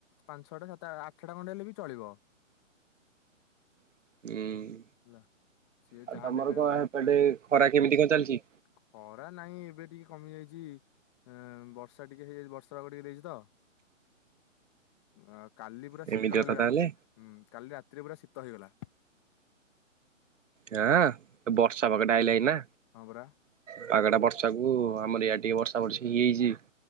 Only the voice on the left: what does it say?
ପାଞ୍ଚ ଛଟା ସାତ ଆଠ ଟା ଖଣ୍ଡେ ହେଲେ ବି ଚଳିବ।
ହେଲା ସିଏ
ଯାହା
ନେବେ
ଆଉ।
ଖରା ନାହିଁ ଏବେ ଟିକେ କମି ଯାଇଚି, ଅଁ ବର୍ଷା ଟିକେ ହେଇଯାଇଚି ବର୍ଷା। ଖରା କୁ ଟିକେ ଦେଇଚି ତ। ଆ କାଲି ପୁରା
ଶୀତ ହେଲା
ରାତିରେ
ହୁଁ କାଲି ରା ଏଇଠି ପୁରା ଶୀତ ହୋଇଗଲା। <inaudible>
ହଁ ପରା।